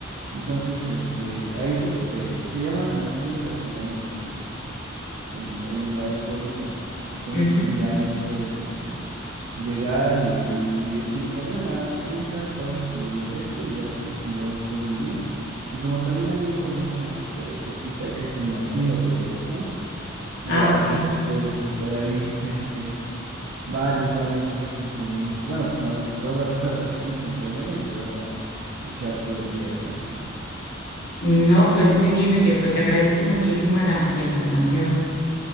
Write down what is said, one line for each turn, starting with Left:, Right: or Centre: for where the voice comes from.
Right: Entonces, este, ahí sí, pues te, se llama San Martín de las Pirámides el, el lugar, el pueblito. Entonces
Left: ujú.
Right: tú ya ahí puedes este, llegar y, y sin problema entras, pagas tu boleto y ya puedes andar ahí todo el día. Y como también hay un pueblito mágico ahí cerquita que es San Martín o Teotihuacán, ya
Left: Ah, ok.
Right: pues tú puedes disfrutar ahí este, varios, varios días sin problema. Bueno, más bien todas las atracciones sin problema y te vas a echar todo el día también ahí.
Left: No, pues muy bien, oye, pues te agradezco muchísimo la, la información.